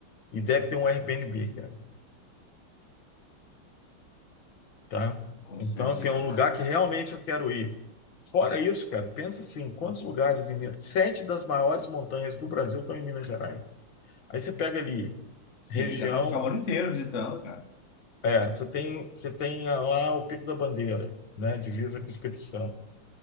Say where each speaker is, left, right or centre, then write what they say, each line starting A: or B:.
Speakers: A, on the left; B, on the left.
A: E deve ter um Airbnb, cara, tá?
B: com
A: Então,
B: certeza.
A: assim, é um lugar que realmente eu quero ir. Fora isso, cara, pensa assim, quantos lugares em Minas... Sete das maiores montanhas do Brasil estão em Minas Gerais. Aí você pega ali,
B: Sim,
A: região...
B: dá pra ficar o ano inteiro visitando, cara.
A: É, você tem, você tem ah, lá o Pico da Bandeira, né? Divisa com o Espírito Santo.